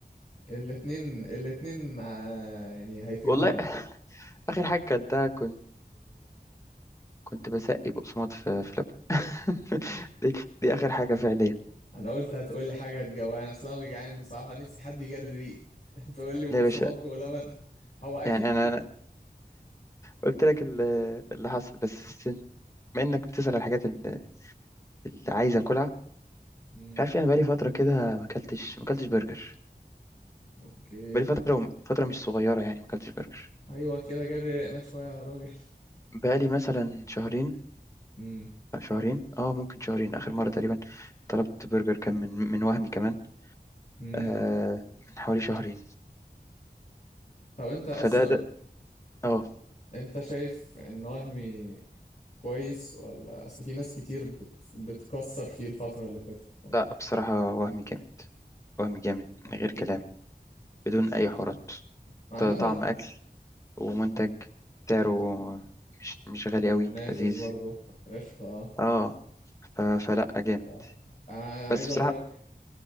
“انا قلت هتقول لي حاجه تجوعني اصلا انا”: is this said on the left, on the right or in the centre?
Left